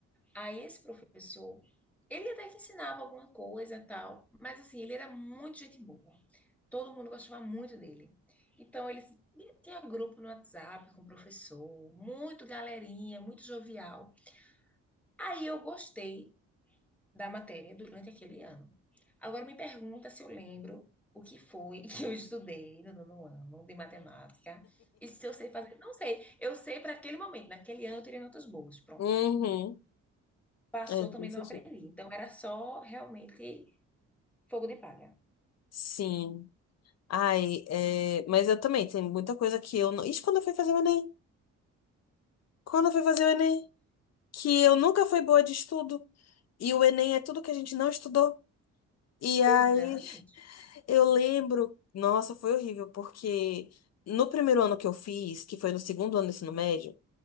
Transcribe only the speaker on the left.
Uhum.
É, desse
jeito.
Sim. Ai, é, mas eu também, tem muita coisa que eu não. Isso quando eu fui fazer o Enem. Quando eu fui fazer o Enem. Que eu nunca fui boa de estudo. E o Enem é tudo que a gente não estudou. E
aí eu lembro, nossa, foi horrível, porque no primeiro ano que eu fiz, que foi no segundo ano do ensino médio,